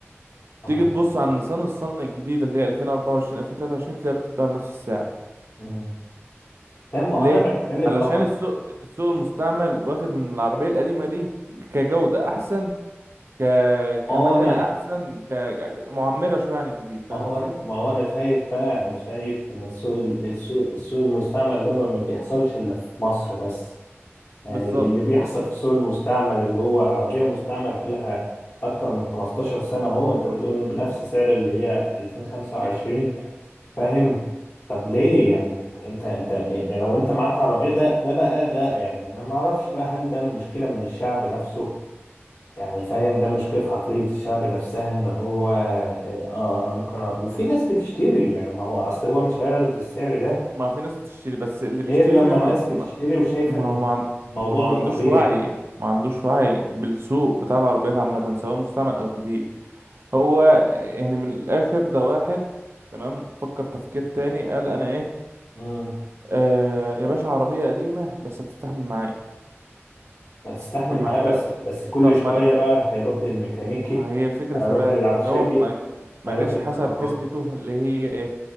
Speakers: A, on the left; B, on the right.
A: اللهم
B: تيجي تبص
A: صل على
B: على
A: النبي.
B: نيسان الصني الجديده اللي هي 2024 2023 تلاقيها بتتباع بنفس السعر
A: مم. تمام ما
B: ليه
A: هو انا بتكلم
B: علشان
A: ما هو
B: السوق السوق المستعمل واخد ان العربيه القديمه دي كجوده احسن ك
A: ما
B: كمكنه
A: هو انا
B: احسن كمعمره شويه عن الجديد
A: ما
B: فاهم
A: هو
B: قصدي
A: انا ما هو انا شايف بقى انا شايف ان السوق ال- السوق السوق المستعمل ده ما ما بيحصلش الا في مصر بس يعني
B: بالظبط
A: ال- اللي بيحصل في السوق المستعمل اللي هو عربية مستعمل بقالها اكتر من 15 سنة اهو انت بتقول بنفس سعر اللي هي 2025
B: ج-
A: فاهم طب ليه يعني انت انت يعني لو انت معاك عربية ده ده بقى ده يعني انا ما اعرفش بقى هل ده مشكلة من الشعب نفسه يعني فاهم ده مشكلة في عقلية الشعب نفسها ان هو اه انا ممكن أ... وفي ناس بتشتري يعني ما هو اصل هو مش هيعرض السعر ده
B: ما في ناس بتشتري بس اللي
A: غير
B: بيشتري
A: لما
B: ده ما
A: الناس
B: ما
A: بتشتري وشايفة
B: ما
A: ان
B: هو ما, عن-
A: الموضوع
B: ما هو ما
A: ده
B: عندوش
A: طبيعي
B: وعي ما عندوش وعي بالسوق بتاع العربيات عامة سواء مستعمل أو جديد هو يعني من الآخر ده واحد تمام فكر تفكير تاني قال أنا إيه
A: امم
B: آه يا باشا عربية قديمة بس هتستحمل معايا
A: هتستحمل
B: طب ما
A: معاه
B: أنت
A: بس بس كل
B: طب ما
A: شوية
B: أنا
A: بقى هيروح للميكانيكي
B: ما هي الفكرة
A: هيروح
B: في بقى
A: للعفشاجي
B: إن هو ما ما
A: هيروح
B: جاش
A: للكهربائي
B: حسب حسبته اللي هي